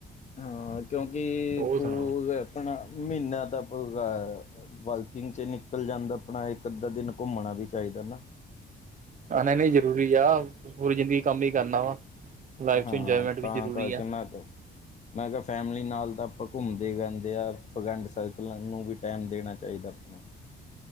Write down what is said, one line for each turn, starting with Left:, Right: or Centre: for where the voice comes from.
Left: ਹਾਂ, ਕਿਉਂਕਿ
Right: ਹੋਰ
Left: ਕੋਲ
Right: ਸੁਣਾਓ
Left: ਆਪਣਾ, ਮਹੀਨਾ ਤਾਂ ਪੁਰਾ ਏ। ਵਾਈਕਿੰਗ ਚ ਨਿਕਲ ਜਾਂਦਾ। ਆਪਣਾ ਇੱਕ, ਅੱਧਾ, ਦਿਨ ਘੁੰਮਣਾ ਵੀ ਚਾਹੀਦਾ ਨਾ।
Right: ਨਹੀਂ-ਨਹੀਂ, ਜ਼ਰੂਰੀ ਆ। ਪੂਰੀ ਜ਼ਿੰਦਗੀ ਕੰਮ ਹੀ ਕਰਨਾ ਵਾ। ਲਾਈਫ
Left: ਹਾਂ
Right: ਚ ਇੰਜੋਏਮੈਂਟ ਵੀ,
Left: ਤਾਂ
Right: ਜ਼ਰੂਰੀ
Left: ਕਰਕੇ
Right: ਆ।
Left: ਮੈਂ ਮੈਂ ਕਿਹਾ, ਫੈਮਿਲੀ ਨਾਲ ਤਾਂ, ਆਪਾਂ ਘੁੰਮਦੇ ਰਹਿੰਦੇ ਆ। ਫਰੈਂਡ ਸਰਕਲਾ ਨੂੰ ਵੀ ਟਾਈਮ ਦੇਣਾ ਚਾਹੀਦਾ ਆਪਣਾ।